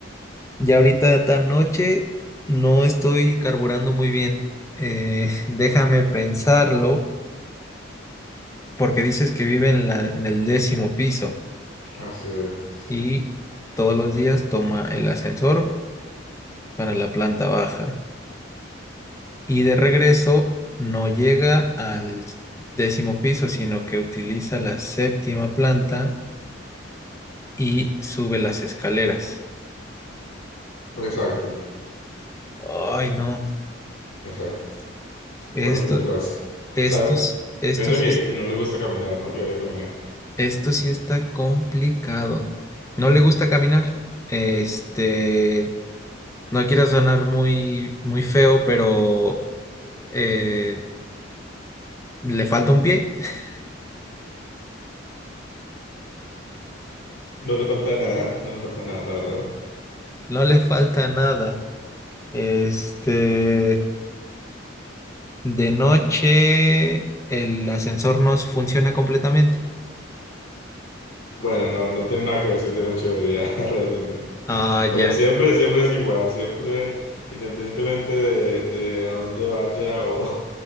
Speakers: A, on the left; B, on the left.
A: Ya ahorita tan noche no estoy carburando muy bien. Eh, <laughs> déjame pensarlo, porque dices que vive en la, en el décimo piso
B: Así es.
A: y todos los días toma el ascensor para la planta baja. Y de regreso no llega al décimo piso, sino que utiliza la séptima planta y sube las escaleras.
B: Exacto,
A: Ay, no,
B: exacto.
A: esto,
B: ¿Por qué crees que lo hace?
A: esto,
B: Sabiendo
A: s- esto sí,
B: que,
A: es-
B: que no le gusta caminar, ¿no? Que odia caminar.
A: esto sí está complicado. No le gusta caminar. Este, no quiero sonar muy, muy feo, pero eh, le falta un pie. <laughs>
B: No le falta nada, no le falta nada, la verdad.
A: No le falta nada. Este, de noche el ascensor no funciona completamente.
B: Bueno, no, no tiene nada que ver si tiene ocho días <laughs> realmente.
A: Ah,
B: O
A: ya.
B: sea, siempre, siempre es igual, siempre, independientemente de, de a dónde vaya o...